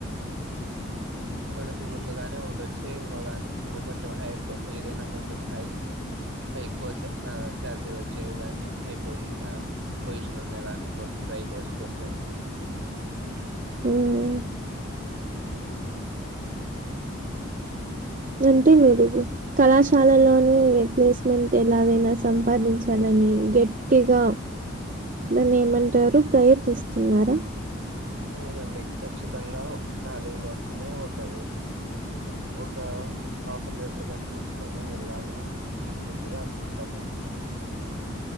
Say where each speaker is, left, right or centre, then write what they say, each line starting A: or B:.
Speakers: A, on the right; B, on the right.
A: మనకు ముందుగానే ఒకటి వచ్చే ఇంకో దానికి ఇంకో కొంచెం హైప్ ఏదైనా కొంచెం హైప్ ఎక్కువ ఆ శాలరీ వచ్చేది కాగాని అయిపోయి ఆ పొజిషన్ ఉండదానికి కూడా ట్రై చేసుకోవచ్చు
B: హ్మ్. అంటే మీరు కళాశాలలోనే ప్లేస్మెంట్ ఎలాగైనా సంపాదించాలనీ నీ గట్టిగా దాన్ని ఏమంటారు ప్రయత్నిస్తున్నారా
A: అవునండి ఖచ్చితంగా కాలేజ్ లోనే ఒక ఎ ఒక అఫర్ లెటర్ కాని తీసుకొని వెళ్ళాలి అని నేను గట్టిగా అనుకుంటాన్నను <inaudible>